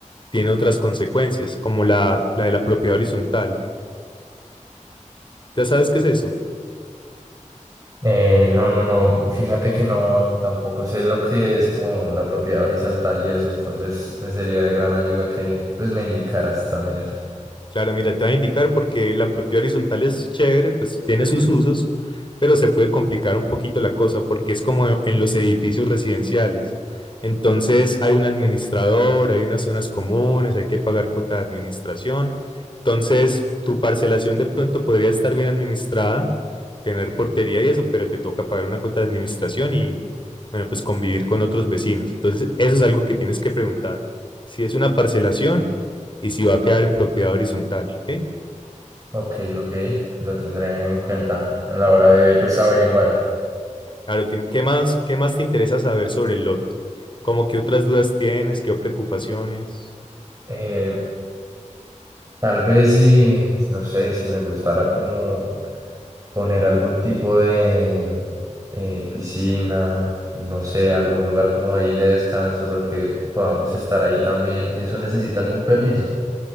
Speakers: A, on the left; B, on the right.
A: tiene otras consecuencias, como la, la de la propiedad horizontal. ¿Ya sabes qué es eso?
B: Eh, no, no, no, fíjate que no, tampoco sé lo que es como la propiedad horizontal y eso, entonces me sería de gran ayuda que pues me indicaras también eso.
A: Claro, mira, te voy a indicar porque la propiedad horizontal es chévere, pues tiene sus usos, pero se puede complicar un poquito la cosa porque es como en los edificios residenciales. Entonces hay un administrador, hay unas zonas comunes, hay que pagar cuota de administración. Entonces tu parcelación de pronto podría estar bien administrada, tener portería y eso, pero te toca pagar una cuota de administración y, bueno, pues convivir con otros vecinos. Entonces eso es algo que tienes que preguntar. Si es una parcelación y si va a quedar en propiedad horizontal, ¿ok?
B: Ok, ok, lo tendré en cuenta a la hora de pues averiguar.
A: Claro, tien- ¿qué más, qué más te interesa saber sobre el lote? ¿Cómo qué otras dudas tienes, qué preocupaciones?
B: Eh, Tal vez si, no sé, si me gustara como poner algún tipo de eh, piscina, no sé, algún lugar como ahí de descanso, pero que podamos estar ahí también. ¿Eso necesita algún permiso?